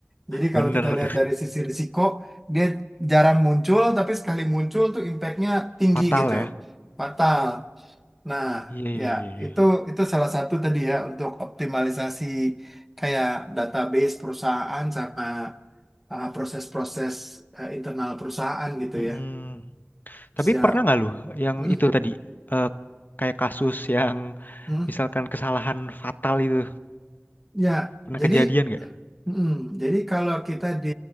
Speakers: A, in the centre; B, on the left.
A: Jadi
B: bener
A: kalau kita lihat
B: tuh.
A: dari sisi risiko, dia jarang muncul, tapi sekali muncul tuh impact-nya tinggi
B: fatal
A: gitu.
B: ya.
A: Fatal. Nah,
B: Iya iya
A: ya
B: iya. iya.
A: itu itu salah satu tadi ya untuk optimalisasi kayak database perusahaan sama uh, proses-proses uh, internal perusahaan gitu
B: Mm-mm.
A: ya. Siap.
B: Tapi pernah nggak lu yang
A: Hmm,
B: itu tadi eh, kayak kasus yang
A: hmm.
B: misalkan kesalahan fatal itu?
A: Ya,
B: Pernah
A: jadi
B: kejadian nggak?
A: hmm, jadi kalau kita di